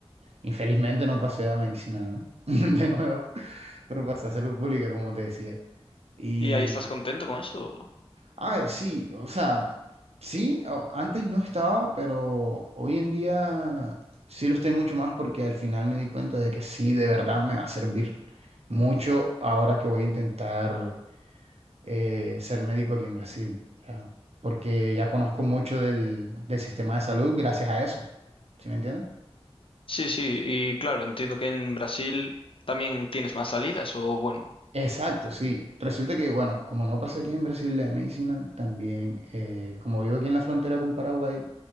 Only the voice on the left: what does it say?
¿Y ahí estás contento con eso?
Sí, sí, y claro, entiendo que en Brasil también tienes más salidas, o bueno.